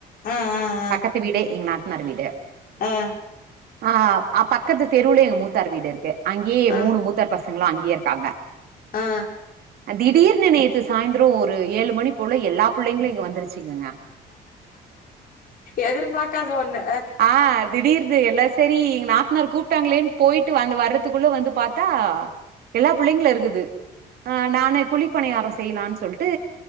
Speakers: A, on the left; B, on the right.
A: ஆ ஆ
B: பக்கத்து வீடு எங்க நாத்னார் வீடு
A: ஆ
B: ஆ பக்கத்து தெருவுல எங்க மூத்தார் வீடு இருக்கு அங்கேயே
A: ஆ
B: மூணு மூத்தார் பச சங்களா அங்கயே‌ இருக்காங்க
A: ஆ
B: திடீர்னு நேத்து சாய்ந்ரோ ஒரு ஏழு மணி போல எல்லா புள்ளைங்களு இங்க வந்துருச்சுங்கங்க
A: எதிர்பாக்காத ஒண்ணு
B: ஆ அத் திடீர்னு எல்லா செரி எங்க நாத்தனார் கூப்பிட்டாங்களேன்னு போயிட்டு வந்து வர்றதுக்குள்ள வந்து பாத்தா எல்லா புள்ளைங்களு இருக்குது ஆ நானு குழிப்பணியாரம் செய்யலான்னு சொல்லிட்டு